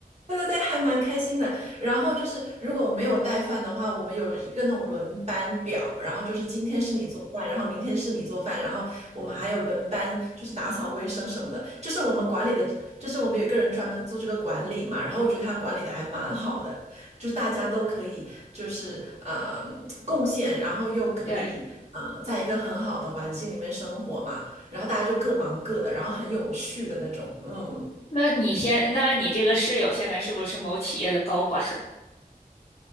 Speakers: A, on the right; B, on the left.
A: 对对对，还蛮开心的。然后就是，如果没有带饭的话，我们有一个那种轮班表，然后就是今天是你做饭，然后明天是你做饭，然后我们还有轮班，就是打扫卫生什么的。就是我们管理的，就是我们有一个人专门做这个管理嘛。然后我觉得他管理的还蛮好的，就是大家都可以就是呃贡献，然后又可以呃在一个很好的环境里面生活嘛。
B: 对。
A: 然后大家就各忙各的，然后很有序的那种，嗯。
B: 那你先，那你这个室友现在是不是某企业的高管？